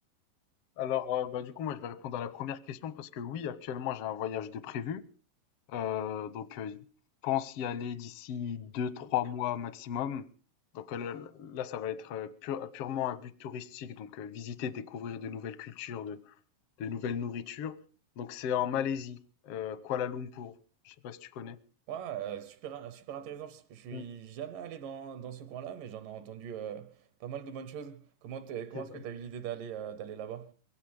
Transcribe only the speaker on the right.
Ouais, euh, super, super intéressant. Je, je suis
jamais allé dans, dans ce coin-là, mais j'en ai entendu euh, pas mal de bonnes choses. Comment t'es- comment
est-ce que tu as eu l'idée d'aller euh, d'aller là-bas?